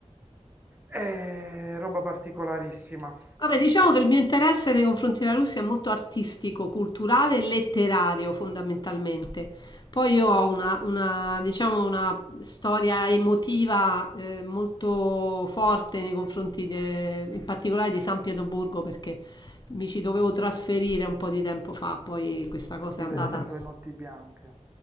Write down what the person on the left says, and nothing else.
Vabbè, diciamo che il mio interesse nei confronti della Russia è molto artistico, culturale e letterario fondamentalmente. Poi io ho una, una, diciamo, una storia emotiva eh, molto forte nei confronti de- in particolare di San Pietroburgo perché mi ci dovevo trasferire un po' di tempo fa, poi questa
cosa
è andata